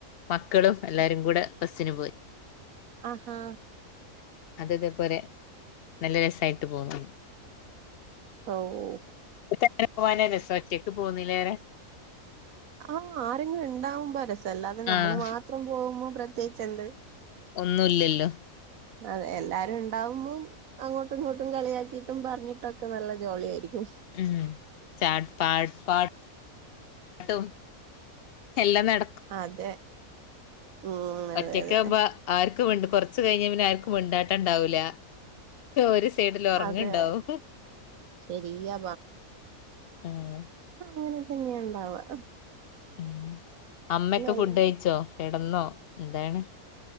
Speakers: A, on the left (about 60°); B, on the right (about 70°).
A: മക്കളും എല്ലാരും കൂടെ ബസ്സിന് പോയി.
B: ആഹ്
A: അത് ഇതേപ്പോലെ നല്ല രസായിട്ട് പോന്നു.
B: ആവ്വോ
A: <unintelligible> പോവാനാ രസം. ഒറ്റയ്ക്ക് പോകുന്നതിലേറെ.
B: ആഹ് ആരെങ്കിലു ഇണ്ടാവുമ്പാ രസം. അല്ലാതെ നമ്മള്
A: ആഹ്
B: മാത്രം പോകുമ്പോ പ്രത്യേകിച്ച് എന്ത്?
A: ഒന്നുല്ലല്ലോ?
B: അതെ എല്ലാരും ഇണ്ടാവുമ്പം അങ്ങോട്ടും ഇങ്ങോട്ടും കളിയാക്കിട്ടും പറഞ്ഞിട്ടൊ ക്ക നല്ല ജോളിയായിരിക്കും.
A: ഉം ചാട്ട് പാട്ട് പാട്ട്. ട്ടും എല്ലാം നട
B: അതെ. ഉം
A: ഒറ്റയ്ക്കാവുമ്പ
B: അതെ അതെ
A: ആർക്കും മിണ്ട് കൊറച്ച് കയ്ഞ്ഞ പിന്നെ ആർക്കും മിണ്ടാട്ടണ്ടാവൂല്ല. ഓര്. സൈഡിൽ ഒറങ്ങ്ണ്ടാവും.
B: അതെ ശരിയാ
A: ഉം.
B: അത് അങ്ങനെ തന്നെയാ ഇണ്ടാവാ.
A: ഉം അമ്മയോക്കെ
B: എല്ലാ
A: ഫുഡയിച്ചോ? കെടന്നോ? എന്താണ്?